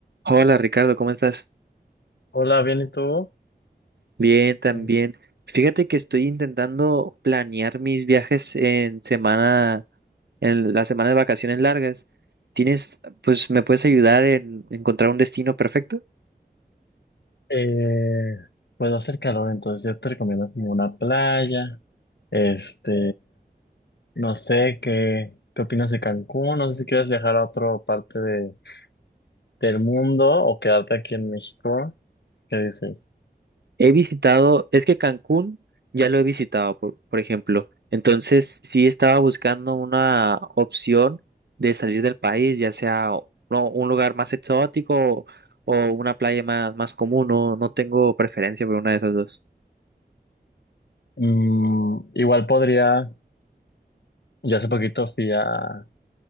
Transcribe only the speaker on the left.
Hola, bien, ¿y tú?
Mm.
Eh, pues va a hacer calor, entonces yo te recomiendo como una playa. Este, no sé qué, qué opinas de Cancún, no sé si quieres viajar a otra parte de, del mundo o quedarte aquí en México. ¿Qué dices?
Mm, igual podría, yo hace poquito fui a,